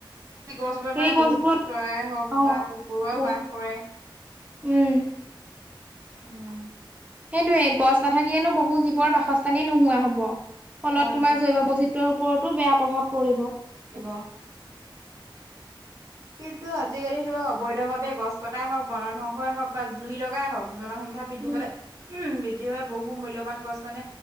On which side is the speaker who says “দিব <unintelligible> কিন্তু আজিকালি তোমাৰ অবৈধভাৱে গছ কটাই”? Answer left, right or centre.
Right